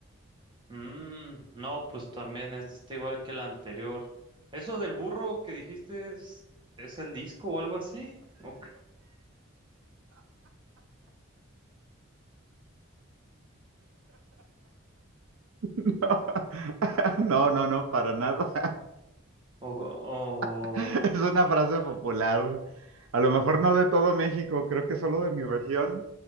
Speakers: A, on the right; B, on the right.
A: Mm, no, pues también este está igual que el anterior. ¿Eso del burro que dijiste es, es el disco o algo así? <laughs>
B: <laughs> No, no, no, para nada.
A: O, o,
B: <laughs> Es una frase popular. A lo mejor no de todo México, creo que solo de mi región,